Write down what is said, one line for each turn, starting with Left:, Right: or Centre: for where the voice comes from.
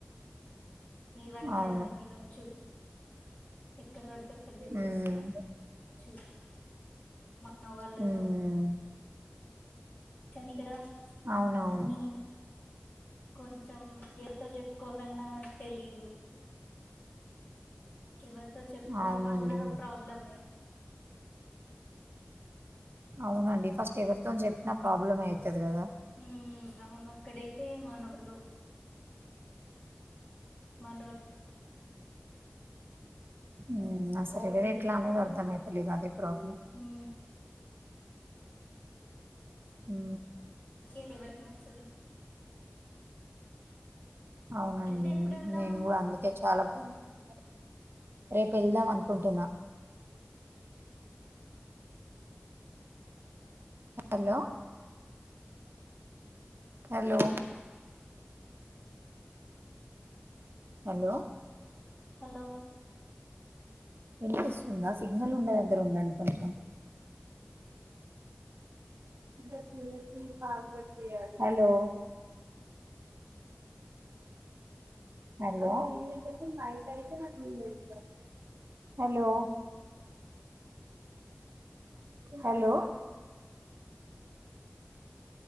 Left: ఏవంటే
Right: అవును
Left: అవి తినొచ్చు. ఎక్కడ బడితే అక్కడ తిరగచ్చు.
Right: ఉమ్
Left: మన వాళ్లతో
Right: హ్మ్
Left: కానీ ఇక్కడ
Right: అవునవును.
Left: అన్నీ కొంచం దేంతో చెప్పుకోవాలన్నా తెలీదు. ఎవరితో చెప్తామన్న
Right: అవునండి.
Left: ప్రాబ్లమే.
Right: అవునండి ఫస్ట్ ఎవరితో చెప్పినా ప్రాబ్లమే అయితది కదా
Left: ఊ అవును అక్కడ యితే మనోళ్ళు మనోల్
Right: ఊ ఆ సదివేద్ ఎట్లా అనేది అర్థమయిత లేదు అదే ప్రాబ్లమ్
Left: ఉమ్,
Right: ఊ
Left: అందుకే ఎవరికి నచ్చదు.
Right: అవునండి
Left: వెళ్తే ఎప్పుడు వెళ్దాం
Right: నేనుకూడ
Left: అనుకో
Right: అందుకే చాలా <inaudible> రేపు వెళ్దాం అనుకుంటున్నా హలో హలో హలో
Left: హలో
Right: వినిపిస్తుందా సిగ్నల్ ఉండే దగ్గర ఉండండి కొంచెం <inaudible> హలో హలో నైట్ అయితె నాకు వీలయితుంది. హలో హలో